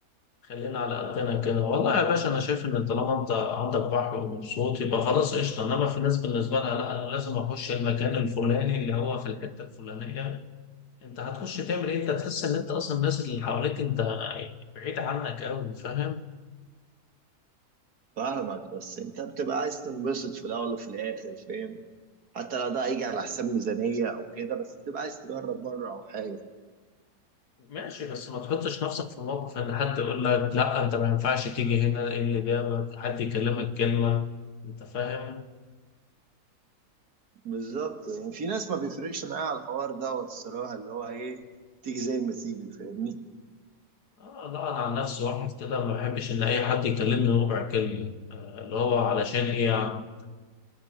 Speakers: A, on the left; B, on the right.
A: خلينا على قدنا كده والله يا باشا أنا شايف إن طالما أنت عندك بحر ومبسوط يبقى خلاص قشطة إنما في ناس بالنسبة لها لا أنا لازم أخش المكان الفلاني اللي هو في الحتة الفلانية أنت هتخش تعمل إيه أنت تحس إن أنت أصلا الناس اللي حواليك أنت بعيد عنك أوي فاهم
B: فاهمك بس انت بتبقى عايز تنبسط في الاول وفي الاخر فاهم حتى لو ده هيجي على حساب ميزانيه او كده بس بتبقى عايز تجرب مره او حاجه
A: ماشي بس ما تحطش نفسك في موقف ان حد يقول لك لا انت ما ينفعش تيجي هنا ايه اللي جابك حد يكلمك كلمة انت فاهم
B: بالظبط يعني في ناس ما بيفرقش معاها على الحوار دوت الصراحه اللي هو ايه تيجي زي ما تيجي فاهمني
A: آه لا انا عن نفسي واحد كده ما بحبش ان اي حد يكلمني ربع كلمة اللي هو علشان ايه يعني